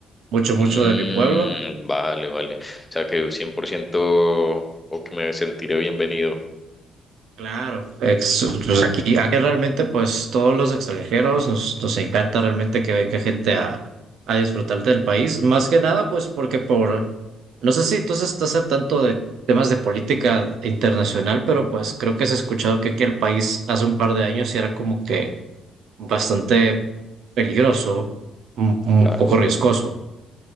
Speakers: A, on the right (about 75°); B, on the left (about 15°).
A: mucho, mucho
B: Mm,
A: de mi pueblo.
B: vale, vale. O sea que 100% o que me sentiré bienvenido.
A: Claro, ex- pues aquí, aquí realmente pues todos los extranjeros nos, nos encanta realmente que venga gente a, a disfrutar del país, más que nada pues porque por, no sé si tú estás al tanto de temas de política internacional, pero pues creo que has escuchado que aquí el país hace un par de años sí era como que bastante peligroso, un, un
B: Claro.
A: poco riesgoso.